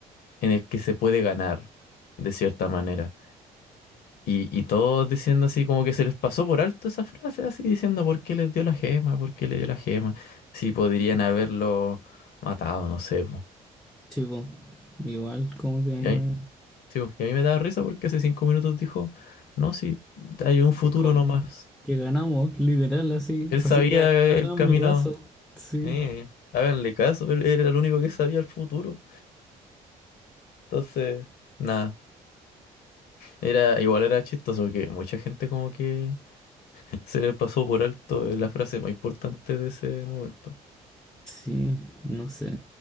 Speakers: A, on the left (about 70°); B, in the centre.
A: en el que se puede ganar, de cierta manera. Y, y todos diciendo así como que se les pasó por alto esa frase, así diciendo por qué les dio la gema, por qué le dio la gema, si podrían haberlo matado, no sé. po.
B: Sí, po. Igual como que,
A: Y a mí, sí, po, y a mí me daba risa porque hace cinco minutos dijo, no, si hay un futuro
B: que, con-
A: nomás.
B: que ganamos, literal, así.
A: Él sabía
B: Así que ha- háganme
A: el camino,
B: caso. Sí.
A: eh, háganle caso, él, él era el único que sabía el futuro. Entonces, nada, era igual era chistoso porque mucha gente como que se les pasó por alto la frase más importante de ese momento.
B: Sí, no sé.